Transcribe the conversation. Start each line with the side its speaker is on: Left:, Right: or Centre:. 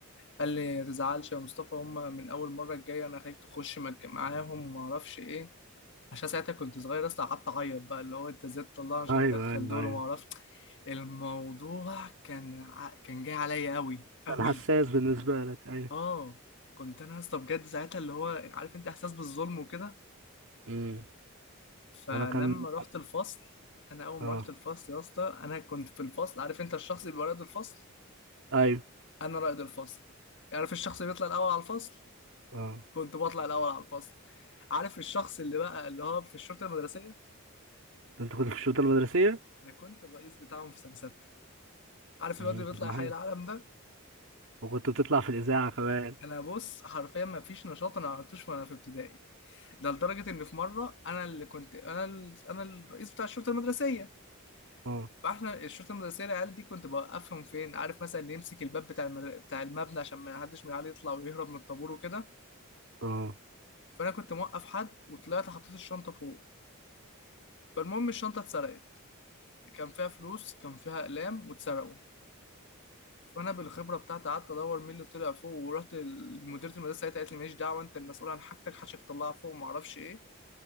Left: قال لي ما تزعلش يا مصطفى هم من اول مره الجايه انا خايف تخش مج- معاهم وما اعرفش ايه عشان ساعتها كنت صغير اصلا قعدت اعيط بقى اللي هو انت ازاي تطلعني عشان
Right: ايوه
Left: تدخل
Right: ايوه
Left: دول
Right: ايوه
Left: وما اعرفش الموضوع كان ع- كان جاي عليا قوي قوي
Right: كان حساس بالنسبه لك ايوه
Left: اه كنت انا اصلا بجد ساعتها اللي هو عارف انت احساس بالظلم وكده
Right: مم.
Left: فلما
Right: انا كان
Left: رحت الفصل انا اول ما
Right: اه
Left: رحت الفصل يا اسطى انا كنت في الفصل عارف انت الشخص اللي بيبقى رائد الفصل
Right: ايوه
Left: انا رائد الفصل عارف الشخص اللي بيطلع الاول على الفصل
Right: اه
Left: كنت بطلع الاول على الفصل عارف الشخص اللي بقى اللي هو في الشرطه المدرسيه
Right: انت كنت في الشؤون المدرسيه
Left: انا كنت الرئيس بتاعهم في سنه سته عارف
Right: مم.
Left: الواد اللي
Right: طب
Left: بيطلع
Right: ما
Left: حي
Right: حلو
Left: العالم ده
Right: وكنت بتطلع في الاذاعه كمان
Left: انا بص حرفيا ما فيش نشاط انا ما عملتوش وانا في ابتدائي ده لدرجه ان في مره انا اللي كنت انا ال... انا الرئيس بتاع الشرطه المدرسيه
Right: اه
Left: فاحنا الشرطه المدرسيه العيال دي كنت بوقفهم فين عارف مثلا اللي يمسك الباب بتاع المدر... بتاع المبنى عشان ما حدش من العيال يطلع ويهرب من الطابور وكده
Right: اه
Left: فانا كنت موقف حد وطلعت حطيت الشنطه فوق فالمهم الشنطه اتسرقت كان فيها فلوس كان فيها اقلام واتسرقوا فانا بالخبره بتاعتي قعدت ادور مين اللي طلع فوق ورحت لمديره المدرسه ساعتها قالت لي ماليش دعوه انت المسؤول عن حاجتك حشك طلعها فوق ما اعرفش ايه